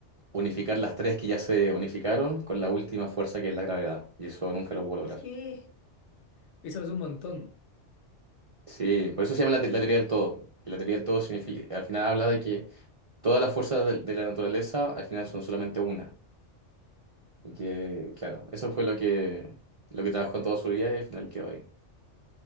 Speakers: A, on the right (about 50°); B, on the left (about 75°).
A: unificar las tres que ya se unificaron con la última fuerza que es la gravedad. Y eso nunca lo pudo lograr.
B: ¿Qué? Y sabes un montón.
A: Sí, por eso se llama la, te- la teoría del todo. La teoría del todo significa, al final habla de que todas las fuerzas de, de la naturaleza al final son solamente una. Y que, claro, eso fue lo que, lo que trabajó en toda su vida y al final quedó ahí.